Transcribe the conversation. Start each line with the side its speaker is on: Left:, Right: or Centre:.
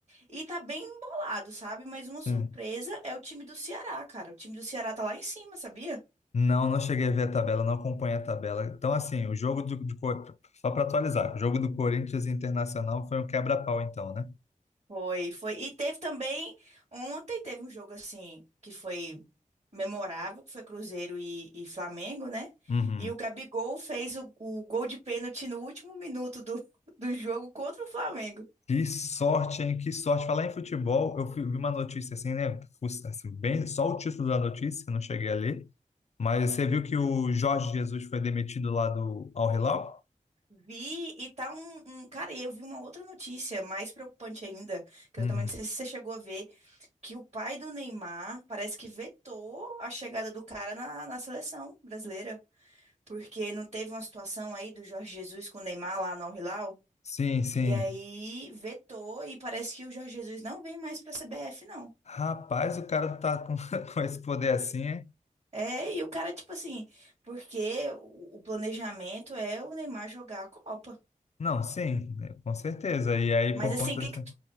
Right: E tá bem embolado, sabe? Mas uma
Left: sim.
Right: surpresa é o time do Ceará, cara. O time do Ceará tá lá em cima, sabia?
Left: Não, não cheguei a ver a tabela, não acompanhei a tabela. Então, assim, o jogo do, do Cor- só para atualizar, o jogo do Corinthians e Internacional foi um quebra-pau, então, né?
Right: Foi, foi. E teve também, ontem teve um jogo assim, que foi memorável, que foi Cruzeiro e, e Flamengo, né?
Left: Uhum.
Right: E o Gabigol fez o, o gol de pênalti no último minuto do, <laughs> do jogo contra o Flamengo.
Left: Que sorte, hein? Que sorte. Falar em futebol, eu fui- vi uma notícia assim, né? Fus- Assim, bem, só o título da notícia, não cheguei a ler. Mas você viu que o Jorge Jesus foi demitido lá do Al Hilal?
Right: Vi e tá um, um- Cara, e eu vi uma outra notícia mais preocupante ainda, que
Left: Uhum.
Right: eu também não sei se você chegou a ver, que o pai do Neymar parece que vetou a chegada do cara na, na seleção brasileira. Porque não teve uma situação aí do Jorge Jesus com o Neymar lá no Al-Hilal?
Left: Sim, sim.
Right: E aí vetou e parece que o Jorge Jesus não vem mais para a CBF, não.
Left: Rapaz, o cara tá com, <laughs> com esse poder assim, é?
Right: É, e o cara, tipo assim, porque o, o planejamento é o Neymar jogar a Copa.
Left: Não, sim, né, com certeza. E aí,
Right: Mas
Left: por
Right: assim,
Left: conta
Right: o que
Left: do...
Right: que tu, o